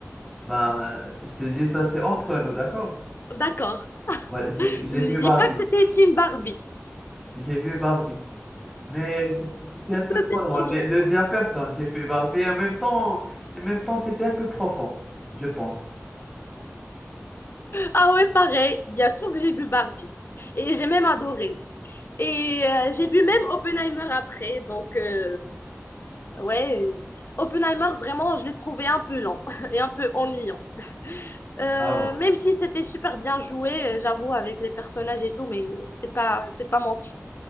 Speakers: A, in the centre; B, on the left (about 50°).
A: Ben, euh, je te dis ça, c'est entre nous, d'accord?
B: D'accord.
A: Ouais, j'ai j'ai
B: Je
A: vu
B: dis
A: Barbie.
B: pas que t'étais team Barbie.
A: J'ai vu Barbie. Mais c'était un peu
B: C'était
A: trop drôle.
B: trop drôle.
A: Ne, ne le dis à personne, j'ai fait barbe. Mais en même temps, en même temps, c'était un peu profond, je pense.
B: Ah ouais, pareil. Bien sûr que j'ai vu Barbie. Et j'ai même adoré. Et euh, j'ai vu même Oppenheimer après. Donc, euh, ouais, Oppenheimer, vraiment, je l'ai trouvé un peu lent <laughs> et un peu ennuyant. Euh,
A: Ah bon?
B: même si c'était super bien joué, euh, j'avoue, avec les personnages et tout, mais c'est pas, c'est pas mon type